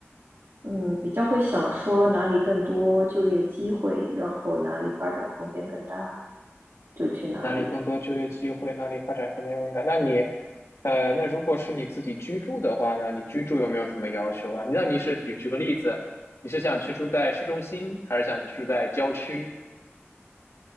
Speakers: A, on the right; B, on the left.
A: 嗯比较会想说哪里更多就业机会，然后哪里发展空间更大，就去哪里。
B: 哪里更多就业机会，哪里发展空间更大。那你，呃，那如果是你自己居住的话呢？你居住有没有什么要求啊？那你是举举个例子，你是想居住在市中心，还是想居住在郊区？